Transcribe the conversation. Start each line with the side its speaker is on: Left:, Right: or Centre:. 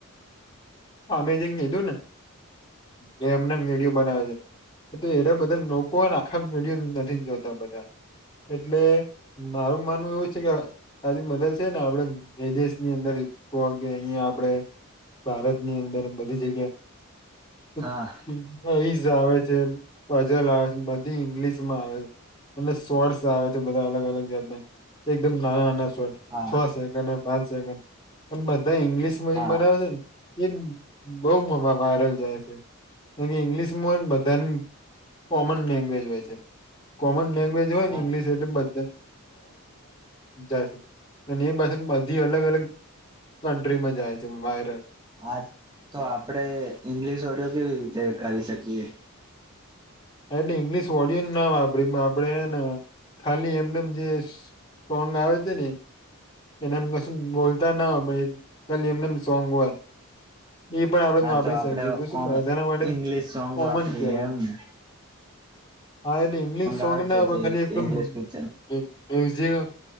Left: અમેજિંગ લીધું ને ગેમને વિડીિયો બનાવે છે એ એરા બધા નો કો આખા મડ નથી જોતા બધા એટલે મારું માનવું એવું કે તારી મદદ છે ને આપડે વિદેશની અંદર કો કે અહીિયાં આપડણે ભારત ની અંદર એ બધી જગ્યા
Right: હા
Left: આવે છે પજલ આવે છે બધી ઇંગ્લિશ માં આવે છે અને સોર્સ આવે છે બધા અલગ અલગ જાતને એકદમ નાના નાના શોટ
Right: હા
Left: છ સેકન્ડ પાંચ સેકન્ડ બ ઇંગ્લિશમાં
Right: હા
Left: બનાવે છે ને એ બહુમાં વાયરલ જાય છે એ ઈંગ્લિશમાં બધાની કોમન લેંગ્વેજ હોય છે કોમન લેંગ્વેજ હોય ને
Right: આ
Left: ઇંગ્લિશ એટલે બધા જાય છે અને એ પાસે બધી અલગ અલગ કન્ટ્રીમાં જાય છે વાયરલ
Right: આ તો આપડે ઇંગ્લિશ ઓડિયો કેવી રીતે કરી શકીએ
Left: એટલે ઇંગ્લિશ ઓડિયોન ના વાપરી આપણેેને ખાલી એમને જે કોંગા હો છે ન એને એમ કશું બોલતા ના હોય પણ કાલી એમને સોંગ હોય એ પણ આપણેે
Right: હા
Left: વાપરી
Right: તો આપડે
Left: શકીએ તો શું
Right: ઓમ
Left: વધાર માટે
Right: ઈંગ્લિશ સોંગ
Left: કોમન
Right: વાપરીએ
Left: કેહેવાય
Right: એમને
Left: <inaudible> હા એટલે ઇંગ્લિશ સોંગ
Right: આવે
Left: ને
Right: છે જે
Left: ખાલી એક
Right: ઇંગ્લિશ પિક્ચર